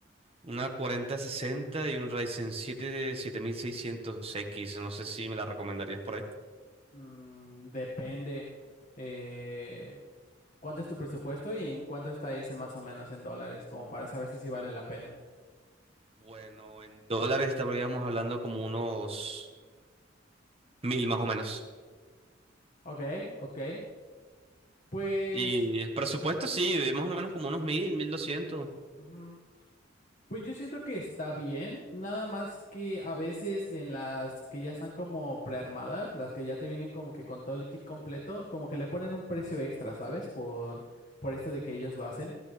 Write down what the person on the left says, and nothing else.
Mm, depende eh, cuánto es tu presupuesto y en cuánto está ese más o menos en dólares, como para saber si sí vale
la pena.
Ok, ok. Pues...
ujú,
ujú. Pues yo siento que está bien, nada más que a veces en las que ya están como prearmadas, las que ya te vienen como que con todo el kit completo, como que le ponen un precio extra, ¿sabes? Por, por esto de que ellos lo hacen.